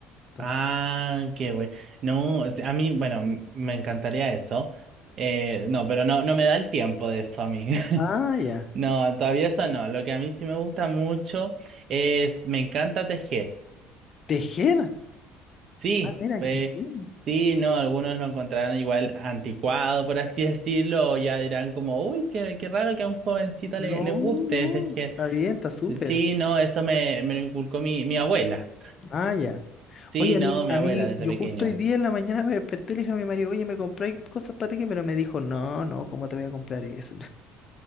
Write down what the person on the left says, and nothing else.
Entonces,
ah, ya.
Tejer.
Ah, mira,
qué bien.
No,
no,
está bien, está súper.
Ah, ya.
Oye, a
mí,
a
mí,
yo
justo hoy día en la mañana me desperté y le dije a mi marido, oye, me compré cosas para tejer, pero me dijo, no, no, ¿cómo te voy a comprar eso?